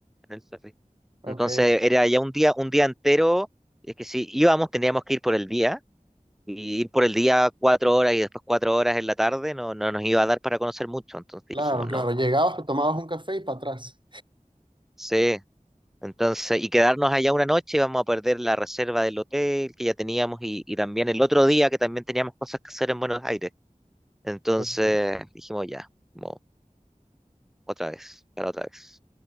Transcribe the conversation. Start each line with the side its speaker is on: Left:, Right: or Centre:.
Centre: en el ferry.
Right: Ok,
Centre: Entonces era ya un día, un día entero. Es que si íbamos, teníamos que ir por el día. Y ir por el día cuatro horas y después cuatro horas en la tarde no, no nos iba a dar para conocer mucho. Entonces
Right: claro,
Centre: dijimos, no.
Right: claro, llegabas, te tomabas un café y para atrás.
Centre: Sí. Entonces, y quedarnos allá una noche, íbamos a perder la reserva del hotel que ya teníamos y, y también el otro día que también teníamos cosas que hacer en Buenos Aires. Entonces
Right: Ok.
Centre: dijimos ya, como otra vez, para otra vez.